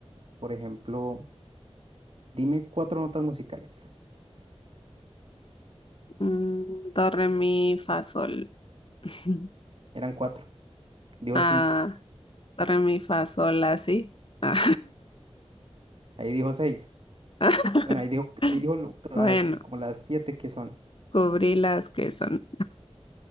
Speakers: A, on the right; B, on the left.
A: por ejemplo, dime cuatro notas musicales.
B: Mm, do, re, mi, fa, sol. <laughs>
A: Eran cuatro. Dijo
B: Ah,
A: cinco.
B: do, re, mi, fa, sol, así. Ah.
A: Ahí dijo seis.
B: <laughs>
A: Bueno, ahí dijo, ahí dijo lo- las,
B: Bueno,
A: como las siete que son.
B: cubrí las que son.